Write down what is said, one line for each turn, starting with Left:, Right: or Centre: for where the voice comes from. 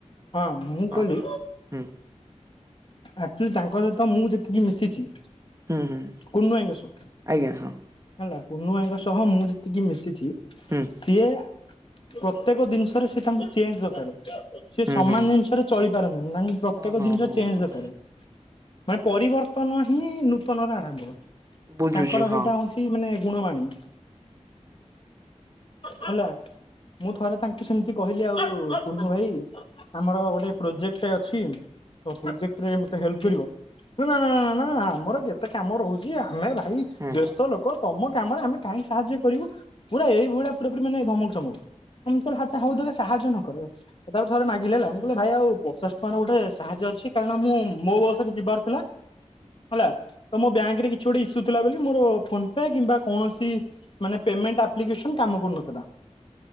Left: ହଁ ମୁଁ କହିଲି
Right: ହଁ ହୁଁ।
Left: ଆର୍ଟଲି ତାଙ୍କ ସହିତ ମୁଁ ଯେତିକି ମିଶିଚି
Right: ହୁଁ ହୁଁ।
Left: କୁନୁଭାଇଙ୍କସହ।
Right: ଆଜ୍ଞା, ହଁ।
Left: ହେଲା, କୁନୁ ଭାଇଙ୍କ ସହ ମୁଁ ଯେତିକି ମିଶିଛି
Right: ହୁଁ
Left: ସିଏ ପ୍ରତ୍ୟେକ ଦିନିଷରେ ସେ ତାଙ୍କୁ ଚେଞ୍ଜ ଦରକାରେ। ସେ
Right: ହୁଁ
Left: ସମାନ
Right: ହୁଁ
Left: ଜିନଷରେ ଚଳି ପାରନ୍ତିିନି ନାଇଁ। ପ୍ରତ୍ୟେକ
Right: ହଁ ହଁ
Left: ଦିନିଷ
Right: ମୁଁ
Left: ଚେଞ୍ଜ
Right: ବୁଝୁଛି।
Left: ଦରକାରେ। ମାନେ ପରିବର୍ତ୍ତନ ହିଁ ନୂତନର ଆରମ୍ଭ।
Right: ବୁଝୁଛି
Left: ତାଙ୍କର
Right: ହଁ।
Left: ହେଇଟା ହୋଉଛି ମାନେ ଗୁଣବାଣୀ। ହେଲା। ମୁଁ ଥରେ ତାଙ୍କୁ ସେମତି କହିଲି ଆଉ କୁନୁ ଭାଇ ଆମର ଗୋଟେ ପ୍ରୋଜେକ୍ଟ ଅଛି। ତ ପ୍ରୋଜେକ୍ଟରେ ମତେ ହେଲ୍ପକରିବ? ନା- ନା- ନା -ନା -ନା ଆମର କେତେ କାମ ରହୁଛି। ଆମେ ଭାଇ
Right: ହେଁ।
Left: ଛୋଟୋ ଲୋକୋ। ତମ କାମରେ ଆମେ କାହିଁକି ସାହାଯ୍ୟ କରିବୁ? ପୁରା ଏଇଭଳିଆ ପୁରାପୁରି ମାନେ ଧମକ୍ ଚମକ। ମୁଁ କହିଲି ହାଚ୍ଛା ହଉ ତମେ ସାହାଯ୍ୟ ନ କର। ଏ ତାକୁ ଥରେ ମାଗିଲି ହେଲା, ମୁଁ କହିଲି ଭାଇ ଆଉ ପଚାଶ ଟଙ୍କାର ଗୋଟେ ସାହାଯ୍ୟ ଅଛି? କାରଣ ମୁଁ ମୋ ବସ୍ ରେ ଯିବାର ଥିଲା। ହେଲା ତ ମୋ ବ୍ୟାଙ୍କ ରେ କିଛି ଗୋଟେ ଇସୁ ଥିଲା ବୋଲି ମୋର ଫୋନ୍ ପେ କିମ୍ବା କୌଣସି ମାନେ ପେମେଣ୍ଟ ଆପ୍ଲିକେସନ କାମ କରୁନଥିଲା।